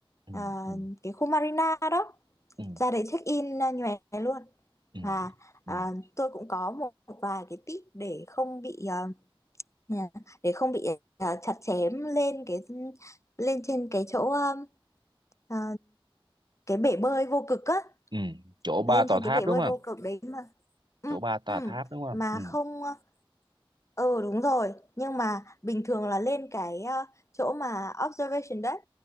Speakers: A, on the right; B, on the left.
A: ừ,
B: Ờ,
A: ừ.
B: cái khu Marina đó
A: ừ.
B: ra đấy check in uh, nhòe luôn
A: ừ,
B: và ờ,
A: ừ,
B: tôi cũng có một vài cái tip để không bị ờ, ừ, để không bị ờ, chặt chém lên cái lên trên cái chỗ ờ, ờ, cái bể bơi vô cực á
A: ừ. chỗ ba
B: lên
A: tòa
B: trên
A: tháp
B: cái bể
A: đúng
B: bơi
A: không
B: vô cực đấy mà ừ,
A: chỗ ba tòa
B: ừ.
A: tháp đúng không
B: mà
A: ừ,
B: không ờ, Ừ đúng rồi, nhưng mà bình thường là lên cái ờ, chỗ mà observation deck,